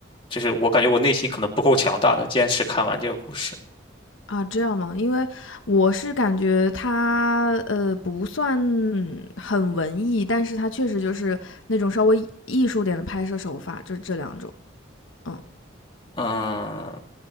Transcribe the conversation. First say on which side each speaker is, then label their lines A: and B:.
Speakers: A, on the left; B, on the left.
A: 就是我感觉我内心可能不够强大，能坚持看完这个故事。
B: 啊，这样吗？因为我是感觉它呃不算很文艺，但是它确实就是那种稍微艺术点的拍摄手法，就这两种。嗯，
A: 嗯，